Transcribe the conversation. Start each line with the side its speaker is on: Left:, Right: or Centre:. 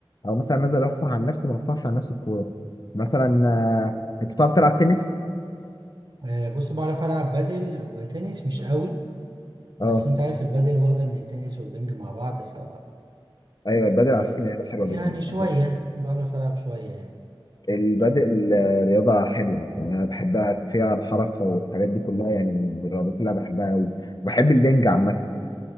Left: أو مثلا نازل أرفع عن نفسي ما برفعش عن نفسي الكورة مثلا آه، أنت بتعرف تلعب تنس؟
Right: آه، بص بعرف العب بادل وتنس مش قوي بس
Left: أه
Right: انت عارف البادل واخده من التنس والبنج مع بعض ف...
Left: أيوه
Right: ف
Left: البادل
Right: ي-
Left: على فكرة رياضة حلوة
Right: يعني
Left: جدا
Right: شويه
Left: حبيت
Right: بعرف العب شويه يعني
Left: البادل آه، رياضة حلوة يعني أنا بحبها فيها الحركة والحاجات دي كلها يعني من الرياضات اللي أنا بحبها أوي بحب البنج عامة